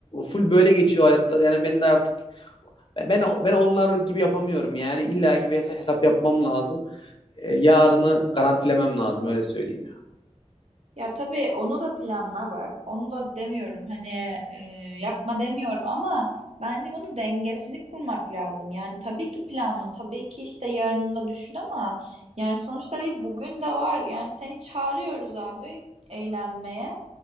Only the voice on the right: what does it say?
Ya tabii onu da planla bak. Onu da demiyorum. Hani e, yapma demiyorum ama bence bunun dengesini kurmak lazım. Yani tabii ki planla, tabii ki işte yarını da düşün ama yani sonuçta bir bugün de var. Yani seni çağırıyoruz abi eğlenmeye.